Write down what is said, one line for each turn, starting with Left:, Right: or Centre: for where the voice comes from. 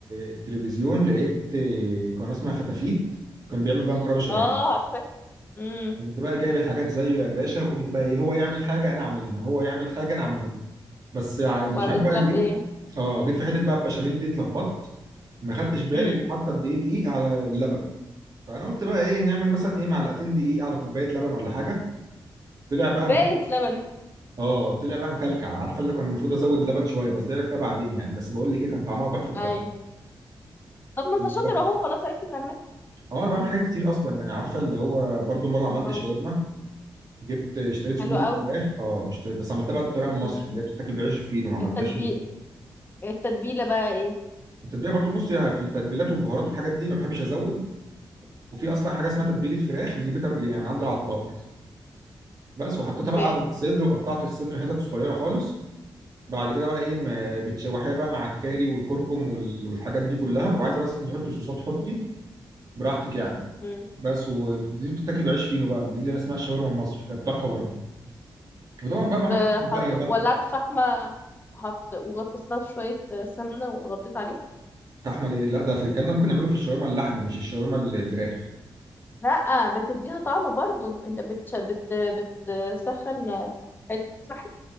Right: التلفزيون لقيت آه، قناه اسمها فتافيت كان بيعمل بقى مكرونه بشاميل
Left: اه عارفة امم
Right: قمت بقى جايب الحاجات زيه يا باشا وقمت بقى ايه هو يعمل حاجه انا اعملها هو يعمل حاجه انا اعملها بس ع-
Left: وبعدين
Right: مش عارف بقى
Left: طلعت
Right: جيت
Left: ايه
Right: اه جيت في حته بقى البشاميل دي اتلخبطت ما خدتش بالي
Left: امم
Right: وحاطه قد ايه دقيق على اللبن فانا قلت بقى ايه نعمل مثلا ايه معلقتين دقيق على كوبايه لبن ولا حاجه طلع بقى
Left: باقي لبن
Right: اه طلع بقى مكلكع عارفه اللي كان المفروض ازود لبن شويه بس دي عرفتها بعدين يعني بس بقول لك ايه كان طعمها تحفه بجد
Left: ايوه طب ما
Right: كانت
Left: انت شاطر
Right: تحفه
Left: اهو خلاص عرفت تعمل
Right: اه انا بعمل حاجات كتير اصلا يعني عارفه اللي هو برضو مره عملت
Left: برافو
Right: شاورما جبت اشتريت صدور
Left: حلو قوي
Right: فراخ اه اشتريت بس عملتها بقى بالطريقه المصري
Left: امم
Right: اللي هي بتتاكل بعيش الفينو ما عملتهاش
Left: التتبيل
Right: ال-
Left: التتبيلة بقى ايه
Right: التتبيله برضو بص يعني في التتبيلات والبهارات والحاجات دي ما بحبش ازود وفي اصلا حاجه اسمها تتبيله فراخ دي بتعمل يعني من عند العطار بس وحطيتها
Left: اوكي
Right: بقى على الصدر وقطعت الصدر حتت صغيره خالص بعد كده بقى ايه م- بتشوحيها بقى مع الكاري والكركم وال- والحاجات دي كلها وعايزه بس انت تحطي صوصات حطي
Left: مم.
Right: براحتك يعني
Left: مم.
Right: بس ودي بتتاكل بعيش فينو بقى دي اللي اسمها الشاورما المصري كانت تحفه برضه وطبعا بقى
Left: طب
Right: بعمل حاجات باقيه
Left: ح-
Right: بقى
Left: ولعت فحمة وحط وغطست لها شوية سمنة وغطيت عليها
Right: فاحمل ايه لا ده في الكلام ده ممكن نعمله في الشاورما اللحمه مش الشاورما الفراخ
Left: لا بتديها طعم برضو انت بتش... بت... بتسخن حتة فحم